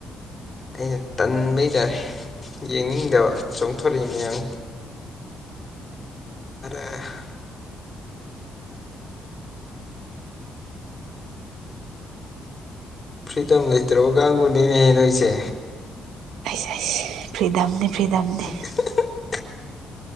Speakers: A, on the left; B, on the right.
A: ꯑꯩꯅ ꯇꯟꯕꯩ ꯇꯥꯔꯦ ꯌꯦꯡꯅꯤꯡꯗꯕ ꯆꯣꯡꯊꯣꯔꯛꯏ ꯃꯌꯥꯝ <unintelligible> ꯐ꯭ꯔꯤꯗꯝ ꯂꯩꯇ꯭ꯔꯕ ꯀꯥꯡꯕꯨꯅꯦꯍ‌ꯦ ꯅꯣꯏꯁꯦ
B: <unintelligible> ꯐ꯭ꯔꯤꯗꯝꯅꯤ ꯐ꯭ꯔꯤꯗꯝꯗꯤ
A: <inaudible>